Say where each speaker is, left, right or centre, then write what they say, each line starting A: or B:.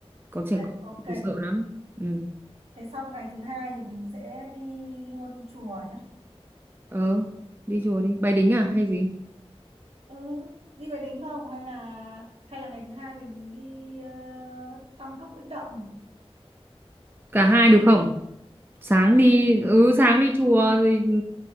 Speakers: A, on the right; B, on the right.
A: có trẻ
B: Mệt,
A: con
B: ok
A: thì sợ lắm ừ.
B: thế xong ngày thứ hai thì mình sẽ đi luôn chùa chứ
A: ờ đi chùa đi Bái đính à hay gì
B: ừ. đi về đính không hay là hay là ngày thứ hai mình đi uh, Tam Cốc Bích Động
A: cả hai được không sáng đi ừ sáng đi chùa rồi ừ.